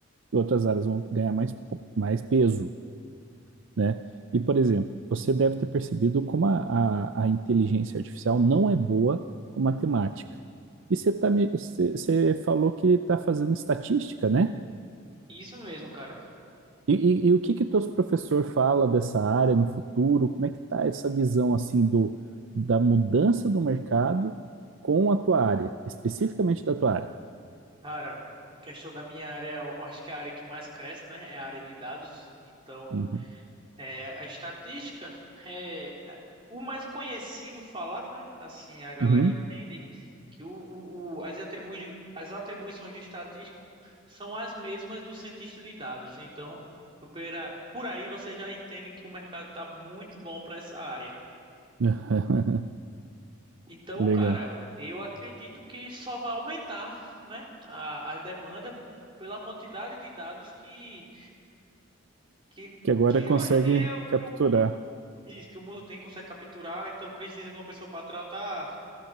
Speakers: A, on the right; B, on the right.
A: e outras áreas vão ganhar mais, po- mais peso, né? E, por exemplo, você deve ter percebido como a, a, a inteligência artificial não é boa com matemática. E você, tá, me- você, você falou que está fazendo estatística, né?
B: isso mesmo, cara.
A: E, e- e o que que teus professor fala dessa área no futuro? Como é que tá essa visão assim do da mudança do mercado com a tua área, especificamente da tua área?
B: Cara, em questão da minha área, eu acho que é a área que mais cresce, né, é a área de dados. Então,
A: Uhum.
B: É, a estatística é a- o mais conhecido falar, né? Assim a galera
A: Uhum.
B: entende que o, o- o- as, atribui- as atribuições do estatístico são as mesmas do cientista de dados. Então, pera- por aí você já entende que o mercado está muito bom para essa área.
A: <laughs>
B: Então,
A: Legal.
B: cara, eu acredito que só vai aumentar, né, a, a demanda pela quantidade de dados que, que,
A: Que agora
B: que
A: consegue
B: hoje em dia o
A: capturar.
B: que o mundo Isso, que o mundo tem consegue capturar, então precisa de uma pessoa para tratar,